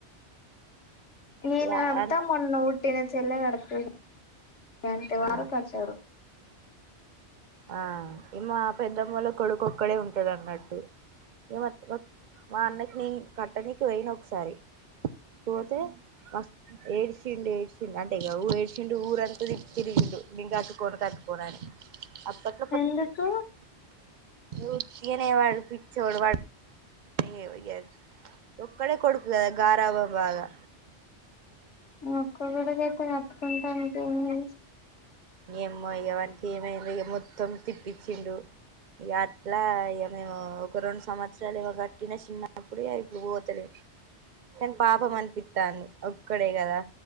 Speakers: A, on the left; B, on the right.
A: నేను
B: యా
A: కడతా,
B: అన్
A: మొన్న పుట్టిన చెల్లె కడతది అంతే వారు
B: ఆ
A: కట్టరు.
B: ఆ ఇ మా పెద్దమ్మోల కొడుకు ఒక్కడే ఉంటడు అన్నట్టు. ఎవరూ వా మా అన్నకి నేను కట్టనికి పోయిన ఒకసారి. పోతే వస్ ఏడ్సిండు ఏడ్పిండు అంటే ఇగ ఓ ఏడ్చిండు ఊరంతా తిప్పిర్రు ఈళ్ళు నేను కట్టుకోను కట్టుకోనని. అప్పట్
A: ఎందుకు?
B: ఉత్తిగనే వాడు పిచ్చోడు వాడు ఎమో ఇగ అది. ఒక్కడే కొడుకు కదా గారాబం బాగా.
A: ఒక్క కొడుకైతే కట్టుకుంటానికేంది.
B: ఎమో ఇగ వానికి ఏమైందో ఇగ మొత్తం తిప్పిచ్చిండు. ఇగా అట్లా ఇగ మేము ఒక రెండు సంవత్సరాలు ఏమో కట్టినా చిన్నప్పుడు ఇగ ఇప్పుడు పోతలేను. కానీ పాపం అనిపిత్తాంది ఒక్కడే కదా